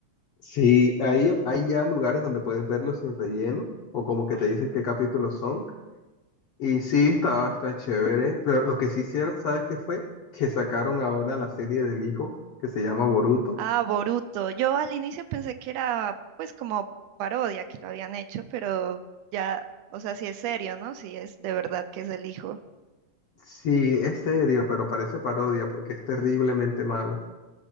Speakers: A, on the left; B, on the right.
A: Sí, ahí hay ya lugares donde puedes verlos sin relleno o como que te dicen qué capítulos son. Y sí, está, está chévere. Pero lo que sí hicieron, ¿sabes qué fue? Que sacaron ahora la serie del hijo que se llama Boruto.
B: Ah, Boruto. Yo al inicio pensé que era pues como parodia que lo habían hecho, pero ya, o sea, sí es serio, ¿no? Sí es de verdad que es el hijo.
A: Sí, es serio, pero parece parodia porque es terriblemente malo.